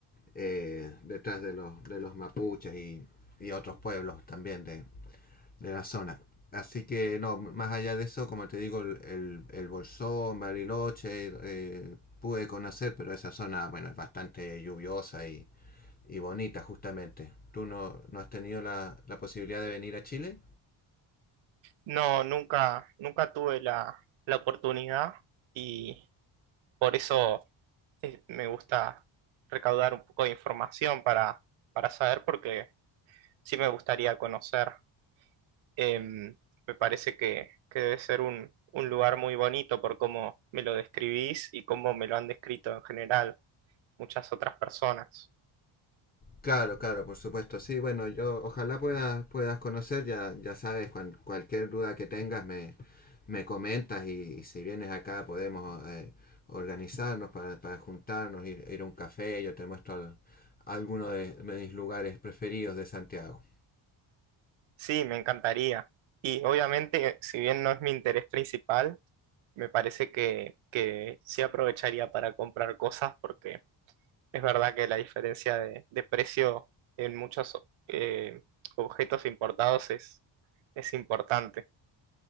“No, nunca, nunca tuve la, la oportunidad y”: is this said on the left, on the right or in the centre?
Right